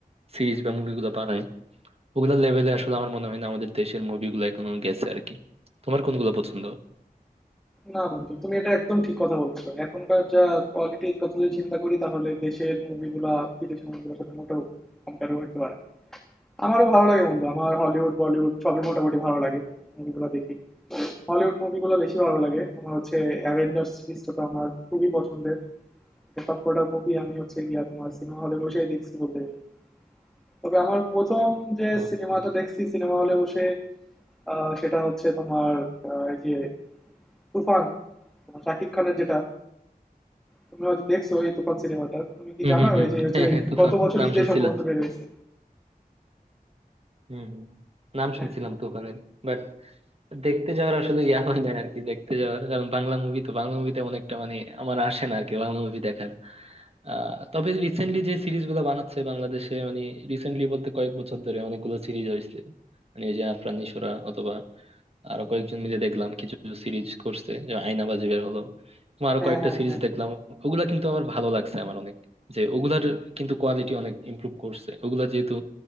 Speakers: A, on the right; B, in the centre.
A: সিরিজ বা মুভিগুলো বানায় ওগুলা লেভেলে আসলে আমার মনে হয় না আমাদের দেশের মুভিগুলো এখনো গেছে আর কি তোমার কোনগুলো পছন্দ
B: না বন্ধু তুমি এটা একদম ঠিক কথা বলছো এখনকার যা কোয়ালিটির কথা যদি চিন্তা করি তাহলে দেশের মুভিগুলা বিদেশের মুভিগুলোর সাথে মোটেও কম্পেয়ার করতে পারে না। আমারও ভালো লাগে বন্ধু আমার হলিউড বলিউড সবই মোটামুটি ভালো লাগে মুভিগুলো দেখি হলিউড মুভিগুলো বেশি ভালো লাগে তোমার হচ্ছে অ্যাভেঞ্জার্স সিরিজটা তো আমার খুবই পছন্দের এটা সবকটা মুভি আমি হচ্ছে গিয়া তোমার সিনেমা হলে বসেই দেখছি বলতে গেলে তবে আমার ১ম যে
A: তো আচ্ছা
B: সিনেমাটা দেখছি সিনেমা হলে বসে আ সেটা হচ্ছে তোমার আ এই যে 'তুফান' তোমার শাকিব খানের যেটা। তুমি হয়তো দেখছো এই 'তুফান' সিনেমাটা। তুমি কি
A: হুম
B: জানো
A: হুম হুম
B: এই যে হচ্ছে
A: হ্যাঁ হ্যাঁ তুফান
B: গত বছর
A: নাম
B: ঈদে
A: শুনছিলাম
B: সম্ভবত বের হইছে।
A: হুম হুম নাম
B: হ্যাঁ,
A: শুনছিলাম তুফানের বাট দেখতে যাওয়ার আসলে ইয়া হয় না আর কি দেখতে যাওয়ার কারণ বাংলা মুভি তো বাংলা মুভিতে অনেকটা মানে আমার আসে না আর কি বাংলা মুভি দেখার আহ তবে রিসেন্টলি যে সিরিজ গুলো বানাচ্ছে বাংলাদেশে মানে রিসেন্টলি বলতে কয়েক বছর ধরে অনেকগুলো সিরিজ হয়েছে মানে ওই যে আফরান নিশোরা অথবা আরো কয়েকজন মিলে দেখলাম কিছু সিরিজ করছে যে আয়নাবাজি বের হলো এবং আরো
B: হ্যাঁ,
A: কয়েকটা
B: হ্যাঁ,
A: সিরিজ
B: হ্যাঁ।
A: দেখলাম ওগুলা কিন্তু আমার ভালো লাগছে আমার অনেক যে ওগুলার কিন্তু কোয়ালিটি অনেক ইমপ্রুভ করছে ওগুলা যেহেতু